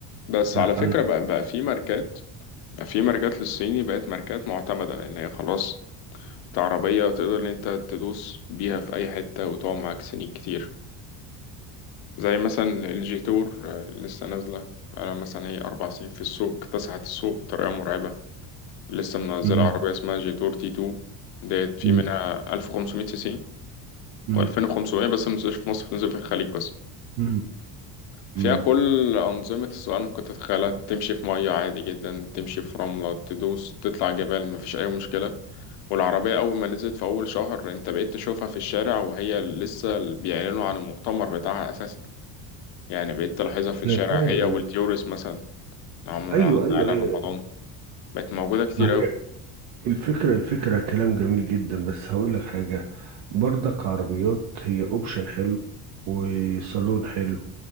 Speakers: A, on the left; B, on the right.
A: بس
B: لا
A: على فكرة
B: انا
A: بقى بقى في ماركات في ماركات للصيني بقت ماركات معتمدة لأن هي خلاص عربية تقدر إن أنت تدوس بيها في أي حتة وتقعد معاك سنين كتير زي مثلا الجيتور آه، لسه نازلة بقالها مثلا هي أربع سنين في السوق اكتسحت السوق بطريقة مرعبة لسه منزلة
B: مم.
A: عربية اسمها جيتور تي تو ديت في
B: مم.
A: منها ألف وخمسمية سي سي
B: مم.
A: وألفين وخمسمية بس منزلش في مصر بتنزل في الخليج بس
B: مم.
A: فيها
B: مم.
A: كل أنظمة السؤال ممكن تتخيلها تمشي في مية عادي جدا تمشي في رملة تدوس تطلع جبال مفيش أي مشكلة والعربية أول ما نزلت في أول شهر أنت بقيت تشوفها في الشارع وهي لسه بيعلنوا عن المؤتمر بتاعها أساسا يعني بقيت تلاحظها في الشارع
B: انا فاهم
A: هي
B: انا
A: والتيورس مثلا عمرو
B: ايوه
A: على
B: ايوه ايوه
A: رمضان بقت موجودة كتير
B: ما هي
A: أوي
B: الفكرة الفكرة كلام جميل جدا بس هقول لك حاجة برضك عربيات هي اوبشن حلو وصالون حلو